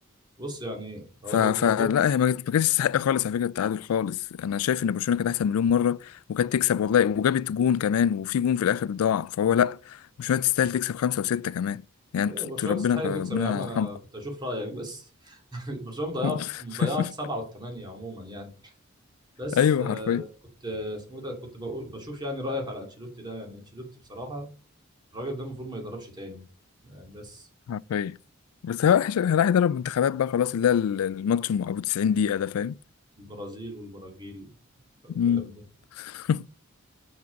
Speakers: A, on the right; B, on the left.
A: بص يعني هقول
B: ف... فلا
A: لك برضو
B: هي ما كانتش ما كانتش تستحق خالص على فكره التعادل خالص انا شايف ان برشلونه كانت احسن مليون مره وكانت تكسب والله وجابت جون كمان وفي جون في الاخر ضاع فهو لا برشلونه تستاهل تكسب خمسه وسته كمان يعني
A: ايوه
B: انتوا
A: برشلونه
B: انتوا ربنا
A: تستحق تكسب
B: ربنا
A: يا عم انا
B: يرحمكم
A: كنت اشوف رايك بس <laughs> برشلونه مضيعه
B: <laughs>
A: مضيعه سبعه والثمانيه عموما يعني بس
B: ايوه
A: آه
B: حرفيا
A: كنت آه، اسمه إيه ده كنت بقول بشوف يعني رايك على انشيلوتي ده يعني انشيلوتي بصراحه الراجل ده المفروض ما يدربش تاني يعني بس
B: حرفيا بس هو راح راح يدرب منتخبات بقى خلاص اللي هي ال- الماتش م- ابو 90 دقيقه ده فاهم
A: البرازيل والبراجيل <laughs> والكلام
B: مم.
A: ده
B: <laughs>